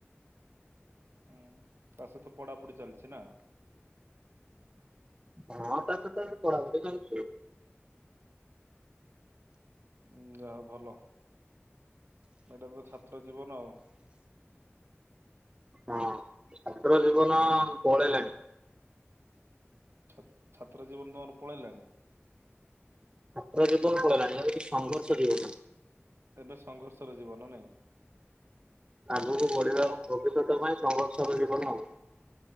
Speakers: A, on the right; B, on the right.
A: ହୁଁ ତା ସହିତ ଆମର ପଢ଼ାପଢି ଚାଲିଛି ନା?
B: ହଁ ତା ତ ତ ପଢାପଢି ଯାଉଛି
A: ଉଁ ଯାହା ହଉ ଭଲ ଏଇଟା ତ ଛାତ୍ର ଜୀବନ ଆଉ।
B: ହଁ ଛାତ୍ର ଜୀବନ
A: ହୁଁ
B: ପଳେଇଲାଣି।
A: ଛା ଛାତ୍ର ଜୀବନ ତମର ପଳେଇଲା <unintelligible>
B: ଛାତ୍ର ଜୀବନ ପଳେଇଲାଣି ଏ ହଉଛି ସଂଘର୍ଷ ଜୀବନ।
A: ଏବେ ସଂଘର୍ଷର ଜୀବନ ନାଇଁ?
B: ଆଗକୁ ବଢିବା
A: କଣ
B: ଭବିଷ୍ୟତ ପାଇଁ ସଂଘର୍ଷର ଜୀବନ ଆଉ।